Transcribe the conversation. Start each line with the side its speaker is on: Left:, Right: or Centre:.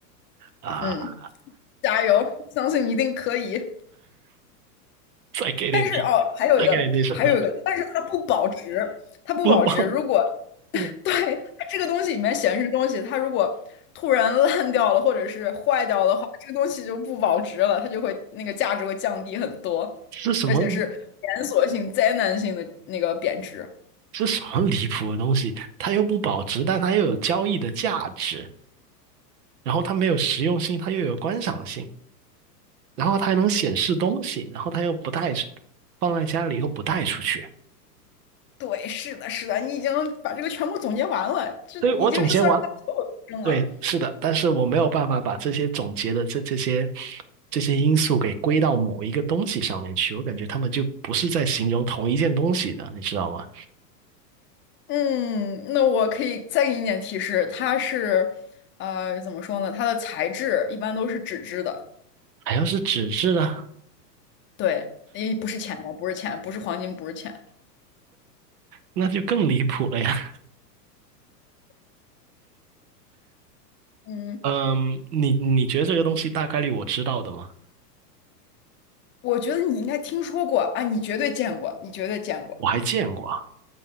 Right: 啊！
Left: 嗯，加油，相信你一定可以。
Right: 再给点
Left: 但是哦，
Right: <laughs> 提，
Left: 还有一个，
Right: 再给点提手段，
Left: 还有一个，但是它不保值，它不保值。
Right: 不报
Left: 如果
Right: 不，
Left: <laughs>
Right: <laughs>
Left: 对它这个东西里面显示东西，它如果突然烂掉了或者是坏掉的话，这个东西就不保值了，它就会那个价值会降低很多，
Right: 这是什么
Left: 而且是连锁性、灾难性的那个贬值。
Right: 这什么离谱的东西？它又不保值，但它又有交易的价值，然后它没有实用性，它又有观赏性，然后它还能显示东西，然后它又不带，放在家里又不带出去。
Left: 对，是的，是的，你已经把这个全部总结完了，这已经是算是它所有特征了。
Right: 所以我总结完了，对，是的，但是我没有办法把这些总结的这这些这些因素给归到某一个东西上面去，我感觉他们就不是在形容同一件东西的，你知道吗？
Left: 嗯，那我可以再给你一点提示，它是，呃，怎么说呢？它的材质一般都是纸质的，
Right: 还要是纸质的，
Left: 对，也不是钱包，不是钱，不是黄金，不是钱。
Right: 那就更离谱了呀。
Left: 嗯，
Right: <laughs> 嗯，你你觉得这个东西大概率我知道的吗？
Left: 我觉得你应该听说过啊，你绝对见过，你绝对见过。
Right: 我还见过啊